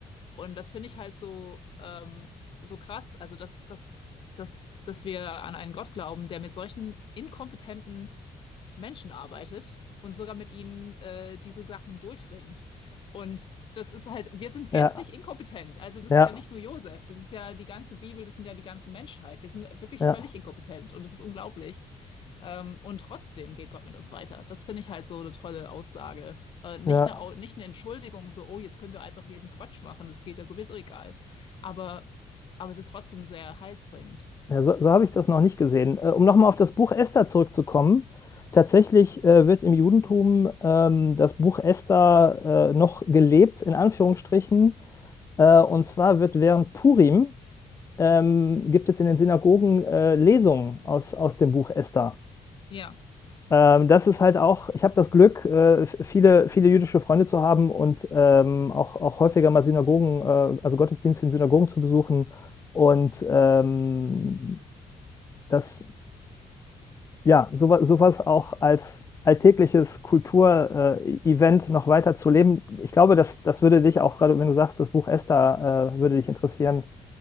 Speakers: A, on the left (about 60°); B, on the left (about 30°).
A: Und das finde ich halt so, ähm, so krass, also dass, dass, dass, dass wir an einen Gott glauben, der mit solchen inkompetenten Menschen arbeitet und sogar mit ihnen äh, diese Sachen durchringt. Und das ist halt, wir sind
B: Ja,
A: gänzlich inkompetent. Also das
B: ja,
A: ist ja nicht nur Josef, das ist ja die ganze Bibel, das sind ja die ganze Menschheit. Wir sind wirklich
B: ja,
A: völlig inkompetent und das ist unglaublich. Ähm, und trotzdem geht Gott mit uns weiter. Das finde ich halt so eine tolle Aussage. Äh, nicht
B: ja.
A: eine, Au- nicht eine Entschuldigung, so, oh, jetzt können wir einfach jeden Quatsch machen, das geht ja sowieso egal. Aber, aber es ist trotzdem sehr heilsbringend.
B: Ja, so so habe ich das noch nicht gesehen. Äh, um nochmal auf das Buch Esther zurückzukommen. Tatsächlich äh, wird im Judentum ähm, das Buch Esther äh, noch gelebt, in Anführungsstrichen. Äh, und zwar wird während Purim ähm, gibt es in den Synagogen äh, Lesungen aus, aus dem Buch Esther.
A: Ja.
B: Ähm, das ist halt auch, ich habe das Glück, äh, f- viele, viele jüdische Freunde zu haben und ähm, auch, auch häufiger mal Synagogen, äh, also Gottesdienste in Synagogen zu besuchen. Und ähm, das ja, sowas, sowas auch als alltägliches Kulturevent noch weiter zu leben. Ich glaube, das, das würde dich auch, gerade wenn du sagst, das Buch Esther, äh, würde dich interessieren.